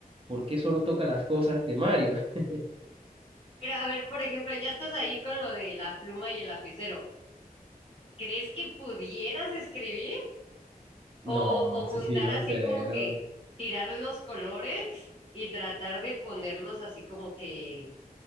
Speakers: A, on the right; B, on the left.
A: ¿Por qué solo toca las cosas de Mario? <laughs>
B: Pero a ver, por ejemplo, ya estás ahí con lo de la pluma y el lapicero. ¿Crees que pudieras escribir?
A: No,
B: O, o
A: eso
B: juntar
A: sí, no
B: así
A: creo.
B: como que tirar los colores y tratar de ponerlos así como que,